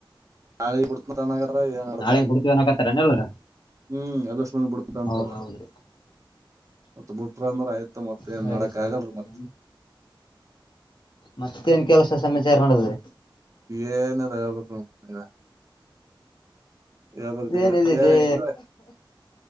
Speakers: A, on the right; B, on the left.
A: ನಾಳ ಬಿಡ್ತನ್ನಾಗತ್ರ ಈತ
B: ನಾಳೆಗ್ ಬಿಡ್ತೀವಿ ಅನ್ನಕತ್ತಾರೇನ್ ಎಲ್ಲಾರ
A: ಹ್ಮ್ ಅದು <inaudible> ದ್ ಬಿಡ್ತ ಅಂತಾರ
B: ಹೌದೌದ್ರಿ
A: ಮತ್ತತ್ ಬಿಟ್ರ ಅಂದ್ರ ಆಯ್ತ ಮತ್ ಏನ್
B: ಸರಿ
A: ಮಾಡಡಕ್
B: ಸರಿ
A: ಆಗಲ್ರರಿ
B: ಸರಿ
A: ಮತ್ತ
B: ಮತ್ತೇನ್ ಕೆಲಸ ಸಮಾಚಾರ ನಡ್ದಿದ್ರಿ
A: ಏನದ ಹೇಳ್ಬೇಕು ನೀವೇ ಯಾವಾಗಿನ
B: ಏನಿದೆ
A: ಯ
B: ಇದೇ
A: ಇಲ್ಲಿ